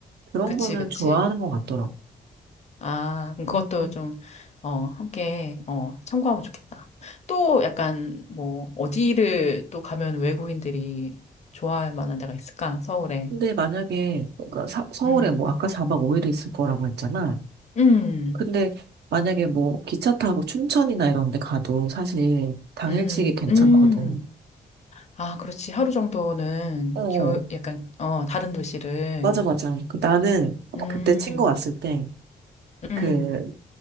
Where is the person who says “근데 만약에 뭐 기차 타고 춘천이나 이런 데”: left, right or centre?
Right